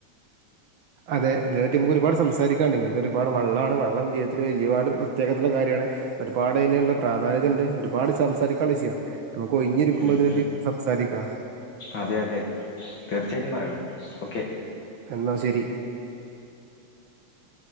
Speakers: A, on the right; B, on the left.
A: അതെ ഇത് നമുക്ക് ഒരുപാട് സംസാരിക്കാണ്ട് ഇങ്ങനത്തെ ഒരുപാട് വള്ളാണ് വള്ളം ജീവിതത്തിൽ ഒരുപാട് പ്രത്യേകതള്ള കാര്യാണ്, ഒരുപാട് അയ്നുള്ള പ്രാധാന്യതണ്ട് ഒരുപാട് സംസാരിക്കാള്ള വിഷയാ നമുക്ക് ഒഴിഞ്ഞിരിക്കുമ്പോ
B: ഉം
A: ഇതിനെ പറ്റി
B: ഉം
A: സംസാരിക്കാ
B: അതെ <inaudible> തീർച്ചയായിട്ടും പറയണം ഓക്കെ
A: എന്നാ ശരി